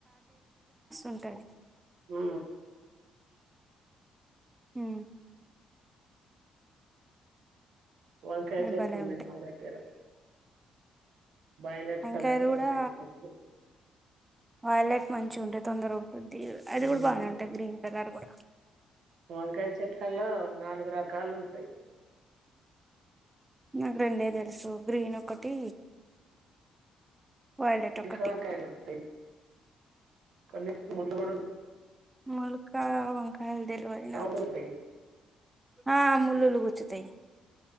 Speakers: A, on the right; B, on the right.
A: ఉంటాది.
B: హు
A: హు
B: వంకాయ
A: అవి
B: చెట్టు
A: భలే
B: ఉన్నయి
A: ఉంటాయి
B: మా దగ్గర వైలట్
A: వంకాయలు
B: కలర్ వంకాయ
A: కూడా
B: చెట్టు
A: వైలెట్ మంచిగవుంటాయ్ తొందరగా ఉకుద్ తీర్ అది
B: ఉమ్
A: కూడా బానే ఉంటద్ గ్రీన్ కలర్ కూడా
B: వంకాయ చెట్లల్లో నాలుగు రకాలు ఉంటయ్.
A: నాకు రెండే తెలుసు గ్రీన్ ఒకటి, వైలెట్ ఒకటి
B: <inaudible> వంకాయలు ఉంటది. కొన్నిటికి ముల్లు కూడున్
A: ముల్లక్కయా వంకాయద్దెల్వది
B: రౌండ్
A: నాకు
B: ఉంటాయి
A: ఆ ముల్ ముల్లులుగుచ్చుతయ్.